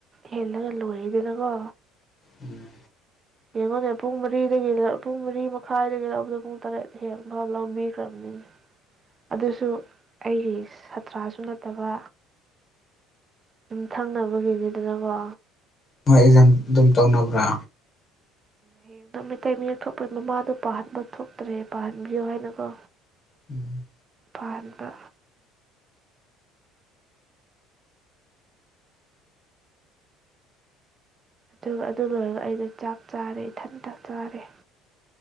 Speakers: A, on the right (about 20°); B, on the left (about 25°).
A: ꯍꯦꯜꯂꯒ ꯂꯣꯏꯔꯤꯗꯅꯀꯣ
B: ꯎꯝ
A: ꯌꯦꯡꯉꯣꯅꯦ ꯄꯨꯡ ꯃꯔꯤꯗꯒꯤ ꯄꯨꯡ ꯃꯔꯤ ꯃꯈꯥꯏꯗꯒꯤ ꯂꯧꯕꯗ ꯄꯨꯡ ꯇꯔꯦꯠ ꯍꯦꯜꯟꯅ ꯃ ꯂꯧꯕꯤꯈ꯭ꯔꯕꯅꯤꯅꯦ ꯑꯗꯨꯁꯨ ꯑꯩꯒꯤ ꯁꯥꯠꯇ꯭ꯔꯁꯨ ꯅꯠꯇꯕ ꯁꯨꯝ ꯊꯪꯅꯕꯒꯤꯅꯤꯗꯅꯀꯣ
B: ꯅꯣꯏ ꯏꯀꯖꯝ ꯑꯗꯨ ꯃꯧꯅꯕꯔ
A: ꯍꯌꯦꯡ ꯅ ꯃꯩꯇꯩ ꯃꯤꯌꯦꯛ ꯊꯣꯛꯄꯒꯤ ꯃꯃꯥꯗꯣ ꯄꯥꯍꯟꯕ ꯊꯣꯛꯇ꯭ꯔꯦ ꯄꯥꯍꯟꯕꯤꯌꯣ ꯍꯥꯏꯅꯀꯣ
B: ꯎꯝ
A: ꯐꯥꯔꯃ ꯑꯗꯨꯒ ꯑꯗꯨ ꯂꯣꯏꯔꯒ ꯑꯩꯅ ꯆꯥꯛ ꯆꯥꯔꯦ ꯏꯊꯟꯇꯥꯛ ꯆꯥꯔꯦ